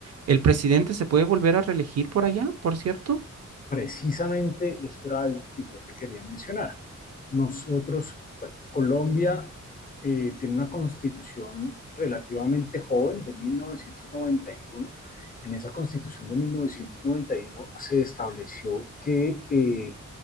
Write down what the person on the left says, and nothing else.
precisamente eso era algo que yo te quería mencionar. Nosotros, bueno, Colombia eh, tiene una constitución relativamente joven de 1991. En esa constitución de 1991 se estableció que eh,